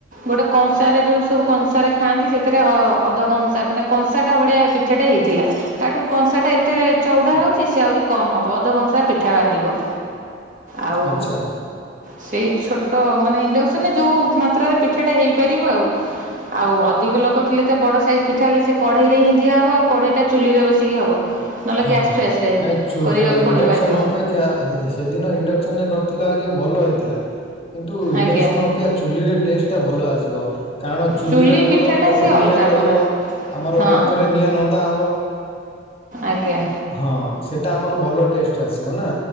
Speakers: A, on the right; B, on the left.
A: ଗୋଟେ କଂସାରେ ଯୋଉ ସବୁ କଂସାରେ ଖାଆନ୍ତି, ସେଥିରେ ଅ ଅଧ କଂସା ମାନେ କଂସା ଟା ଭଳିଆ ତଟା ହେଇଥିଲା। ତାଠୁ କଂସା ଟା ଏତେ ଚଉଡା ହଉଛି ସେ ଆହୁରି କମ ହବ ଅଧ କଂସା ପିଠା ବାହାରିବ। ଆଉ
B: ଆଚ୍ଛା
A: ସେଇ ଛୋଟ ମାନେ ଇଣ୍ଡୋ ଯୋଉ ମାତ୍ରାରେ ପିଠାଟା ହେଇପାରିବ ଆଉ। ଆଉ ଅଧିକ ଲୋକ ଥିଲେ ତ ବଡ ସାଇଜ୍ ପିଠା ହେଲେ ସେ କଢେଇ ରେ ହିଁ ଦିଆହେବ ଆଉ କଢେଇ ଟା ଚୁଲିରେ ବସିକି ହବ। ନହେଲେ
B: ହଁ
A: ଗ୍ୟାସ୍ ଫ୍ୟାସ୍ ରେ
B: ନାଇଁ ଚୁ
A: କରିବାକୁ
B: ଇଣ୍ଡକ୍ସନ
A: ପଡ଼ିବ ବାଧ୍ୟ।
B: ଅପେକ୍ଷା ଅକ୍ଷା ସେଦିନ ଇଣ୍ଡକ୍ସନ କରିଥିଲା ଆଜ୍ଞା ଭଲ ହେଇଥିଲା କିନ୍ତୁ ଇଣ୍ଡକ୍ସନ୍
A: ଆଜ୍ଞା
B: ଅପେକ୍ଷା ଚୁଲିରେ ଟେଷ୍ଟ ଟା ଭଲ ଆସିବ। କାରଣ ଚୁଲିରେ
A: ଚୁଲି
B: ଆମର
A: ପିଠାଟା
B: ତଳୁ
A: ସିଏ ଅଲଗା
B: ନିଆଁ ଜଳିବ
A: ପୁରା
B: ଆମର
A: ହଁ
B: ଓପରେ ନିଆଁ ନନ୍ଦା ହେବ।
A: ଆଜ୍ଞା
B: ହଁ ସେଟା ଆମର ଭଲ ଟେଷ୍ଟ ଆସିବ ନା।